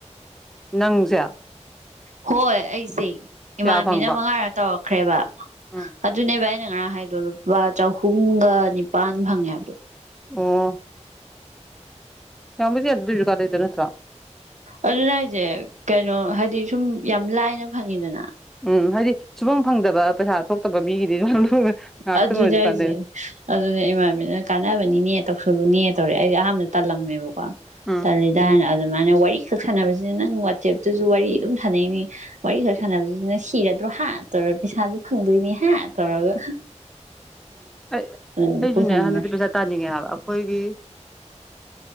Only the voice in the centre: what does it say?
ꯅꯪꯁꯦ
ꯀꯌꯥ ꯐꯪꯕ
ꯎꯝ
ꯑꯣ ꯌꯥꯝ ꯑꯗꯨꯁꯨꯀꯗꯗ ꯅꯠꯇ꯭ꯔ
ꯎꯝ ꯍꯥꯏꯗꯤ ꯁꯨꯐꯝ ꯐꯪꯗꯕ ꯄꯩꯁꯥ ꯊꯣꯛꯇꯕ ꯃꯤꯒꯤꯗꯤ ꯉꯥꯏꯍꯥꯛꯇꯪ
ꯑꯣꯏꯔꯁꯨ
ꯀꯥꯟꯅꯩ
ꯎꯝ
ꯑꯩ
ꯑꯩꯁꯨꯅꯦ
ꯍꯟꯗꯛꯇꯤ ꯄꯩꯁꯥ ꯇꯥꯅꯤꯡꯉꯦ ꯍꯥꯏꯕ ꯑꯩꯈꯣꯏꯒꯤ